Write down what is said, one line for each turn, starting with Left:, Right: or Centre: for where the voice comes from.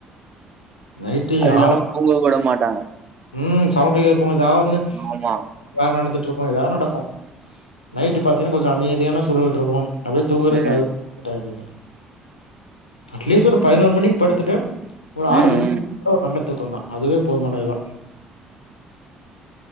Left: நைட்டு நீங்க
Right: அது இல்லாம
Left: ஆழமா
Right: தூங்க விட மாட்டாங்க
Left: ம் சவுண்டு கேக்கு எதா ஒன்னு
Right: ஆமா
Left: வேல நடந்துட்ருக்கு எதாத் நடக்கு நைட்டு பாத்தீங்கனா கொஞ்ச அமைதியான சூழல்ருக்கு அப்டே தூங்கறதுக்கு
Right: ம்
Left: அது தா டைமிங்கே அட்லீஸ்ட் ஒரு பதினோரு மணிக் படுத்துட்டு ஒரு ஆறு
Right: ம்
Left: மணிக்
Right: ம்
Left: கூட ஒரு நல்ல தூக்கந்தா அதுவே போதுமானதுதா